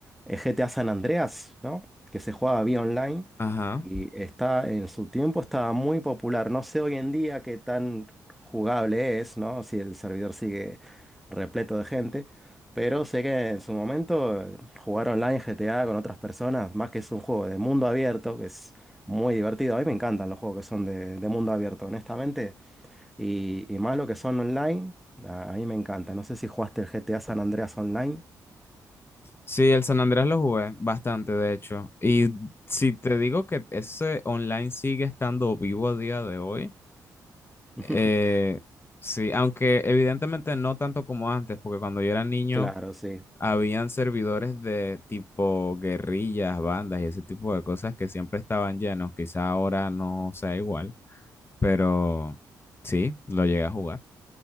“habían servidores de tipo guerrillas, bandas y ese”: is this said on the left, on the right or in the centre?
Left